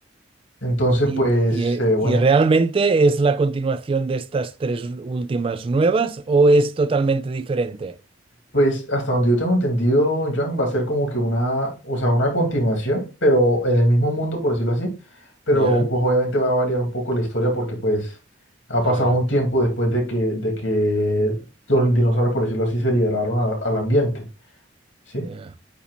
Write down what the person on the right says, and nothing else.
Y,
y-
y realmente es la continuación de estas tres últimas nuevas o es totalmente diferente?
Ya,
claro.
ya.